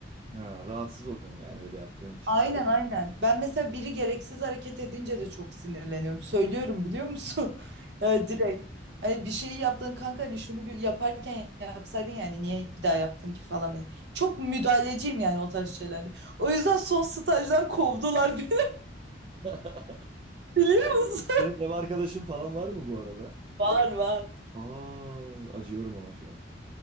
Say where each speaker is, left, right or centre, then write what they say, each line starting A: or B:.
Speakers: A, on the right; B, on the right.
A: Ha, rahatsız oluyorsun yani öyle yaptığın için.
B: Aynen aynen. Ben mesela biri gereksiz hareket edince de çok sinirleniyorum. Söylüyorum biliyor musun? <laughs> Ya direkt. Hani bir şeyi yaptın kanka hani şunu bir yaparken yapsaydın yani niye bir daha yaptın ki falan. Hani Çok müdahaleciyim yani o tarz şeylerde. O yüzden son stajdan kovdular beni
A: <laughs>
B: <laughs> biliyor musun?
A: Senin ev arkadaşın falan var mı bu arada?
B: Var var.
A: Aa, acıyorum ona şu an.